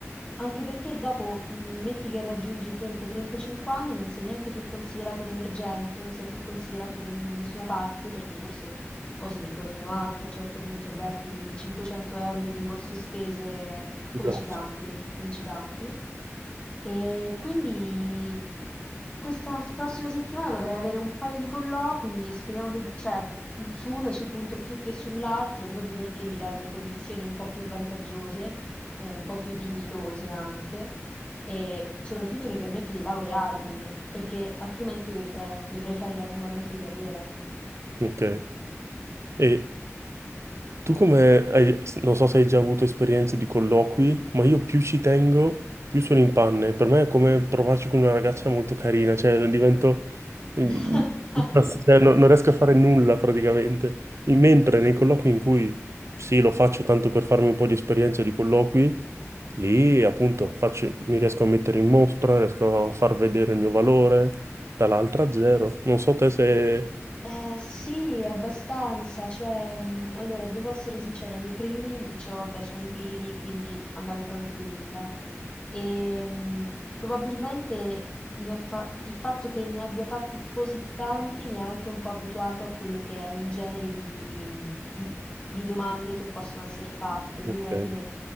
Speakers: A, on the left (about 25°); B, on the right (about 65°).
A: Anche perché dopo, mhmm, metti che raggiungi i 30-35 anni, non sei neanche più considerato un emergente, non sei più considerato da nessuna parte, perché forse un po' si vergognano anche a un certo punto a darti 500 euro di rimborso spese, come
B: Esatto.
A: ci campi? Non ci campi. E quindi questa prossima settimana dovrei avere un paio di colloqui, speriamo che, cioè, su uno ci punto più che sull'altro, proprio perché mi dà delle condizioni un po' più vantaggiose eh, un po' più dignitose anche e soprattutto mi permette di laurearmi perché altrimenti dovrei fra- dovrei fare l'allungamento di carriera.
B: Ok. E tu come hai, non so se hai già avuto esperienze di colloqui, ma io più ci tengo, più sono in panne. Per me è come provarci con una ragazza molto carina, cioè divento, eh,
A: <laughs>
B: una- cioè, non, non riesco
A: Sì.
B: a fare nulla praticamente. In- Mentre nei colloqui in cui sì, lo faccio tanto per farmi un po' di esperienza di colloqui, lì appunto faccio- mi riesco a mettere in mostra, riesco a far vedere il mio valore, dall'altra zero. Non so te se...
A: Eh, sì, abbastanza, cioè, mh, allora, devo essere sincera, nei primi mi dicevo, vabbè, sono i primi, quindi andavo tranquilla. E, mh, probabilmente ne ho fa- il fatto che ne abbia fatti così tanti mi ha anche un po' abituato a quello che è il genere di, mh, di- di domande che possono essere fatte, quindi
B: Ok,
A: alla fine